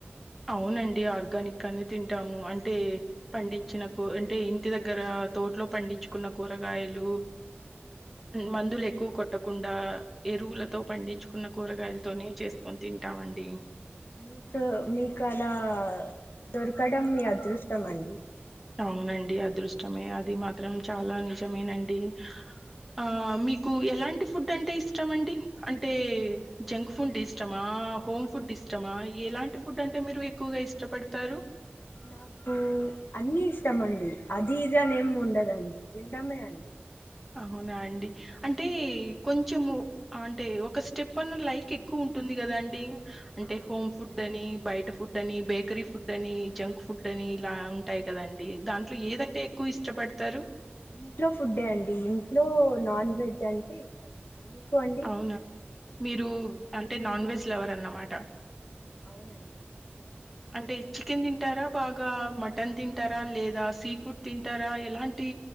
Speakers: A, in the centre; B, on the left (about 60°).
A: అవునండి ఆర్గానిక్గానే తింటాము అంటే పండించినకు అంటే ఇంటి దగ్గర మా తోట్లో పండించుకున్న కూరగాయలు మందులు ఎక్కువ కొట్టకుండా ఎరువులతో పండించుకున్న కూరగాయలతోనే చేసుకొని తి విటామండి
B: మీకు మీకు అలా దొరకడం మీ అదృష్టం అండి
A: అవునండి అదృష్టమే అది మాత్రం చాలా నిజమేనండి ఆ మీకు ఎలాంటి ఫుడ్ అంటే ఇష్టామ అండి అంటే జంక్ ఫుడ్ ఇష్టమా ఆ హోమ్ ఫుడ్ ఇష్టమా ఎలాంటి ఫుడ్ అంటే మీరు ఎక్కువగా ఇష్టపడతారు
B: నాకు అన్ని ఇష్టం అండి అది ఇది ఆనీ ఎమీ ఉండదండి తినమే అండి
A: అవునా అండి
B: ఉమ్,
A: అంటే కొంచెము అంటే ఒక స్టెప్ అన్న లైక్ ఎక్కువ ఉంటుంది కదా అండి అంటే
B: ఆ
A: హోమ్ ఫుడ్ అని బయట ఫుడ్ అని బేకరీ ఫుడ్ అని జంక్
B: ఉమ్.
A: ఫుడ్ అని ఇలా ఉ ఉంటాయి కదండి దాంట్లో ఏదంటే ఎక్కువ ఇష్టపడతారు
B: ఇంట్లో ఫుడ్డే అండి ఇంట్లో నాన్ వెజ్ అంటే ఇష్టం అండి మీకు కు అండి
A: అవునా! మీరు అంటే నాన్ వెజ్ లెవర్ అన్నమాట
B: అవునండి
A: అంటే చికెన్ తింటారా బాగా మటన్ తింటారా లేదా సీ ఫుడ్ తింటారా ఎలాంటి